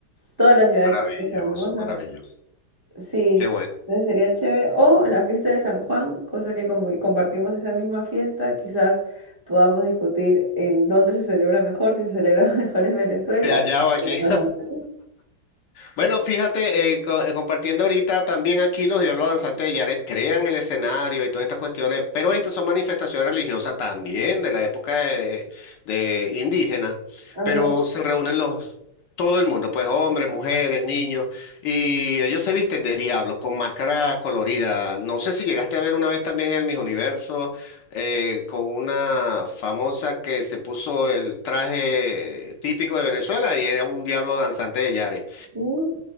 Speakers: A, on the right; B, on the left.
A: toda la ciudad de
B: Maravilloso,
A: Cusco es hermosa.
B: maravilloso.
A: Sí,
B: Qué bueno.
A: entonces sería chévere. O la fiesta de San Juan, cosa que como compartimos esa misma fiesta, quizás podamos discutir en dónde se celebra mejor, si se celebra <laughs> mejor en Venezuela.
B: Te hallado aquí.
A: o en Perú.
B: Bueno, fíjate, eh, co- eh, compartiendo ahorita también aquí los Diablos Danzantes de Yaret crean el escenario y todas estas cuestiones, pero estas son manifestaciones religiosas también de la época de, de indígena,
A: Ajá.
B: pero se reúnen los, todo el mundo, pues hombres, mujeres, niños, y ellos se visten de diablos con máscaras coloridas. No sé si llegaste a ver una vez también el Miss Universo eh, con una famosa que se puso el traje típico de Venezuela y era un diablo danzante de Yaret.
A: sí.